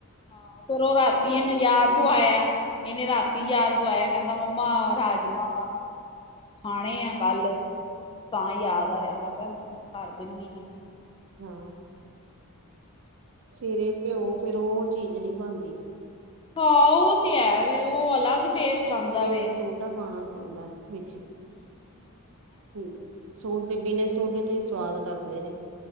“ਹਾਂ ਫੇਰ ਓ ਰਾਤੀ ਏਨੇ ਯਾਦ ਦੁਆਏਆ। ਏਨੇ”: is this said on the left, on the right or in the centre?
Left